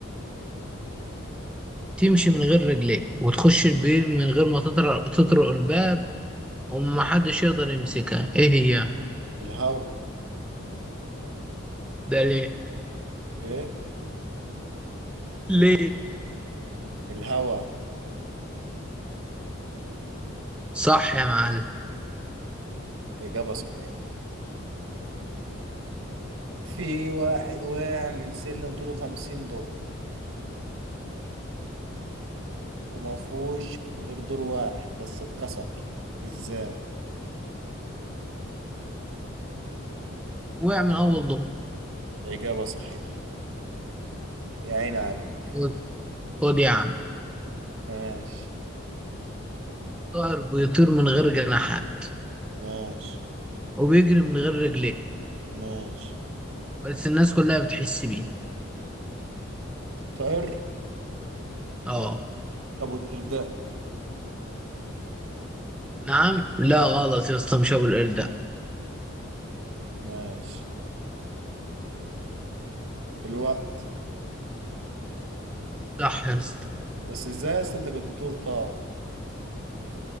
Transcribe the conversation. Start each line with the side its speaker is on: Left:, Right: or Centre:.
Centre: تمشي من غير رجليك وتخش البيت من غير ما تطرق تطرق الباب ومحدش يقدر يمسكها إيه هي؟
Right: الهوا
Centre: ده ليه؟
Right: ايه
Centre: ليه؟
Right: الهوا
Centre: صح يا معلم
Right: إجابة صحيحة في واحد وقع من سلم طوله خمسين دور وما فيهوش غير دور واحد بس اتكسر ازاي
Centre: وقع من أول ضوء
Right: إجابة صحيحة يا عيني عليك
Centre: خد خد يا عم
Right: ماشي
Centre: طائر بيطير من غير جناحات
Right: ماشي
Centre: وبيجري من غير رجلين
Right: ماشي
Centre: بس الناس كلها بتحس بيه
Right: طائر
Centre: اه
Right: أبو الإرداء
Centre: نعم لا غلط يا اسطى مش ابو القرد ده
Right: ماشي الوقت
Centre: صح يا اسطى
Right: بس ازاي أصلا انت كنت بتقول طائر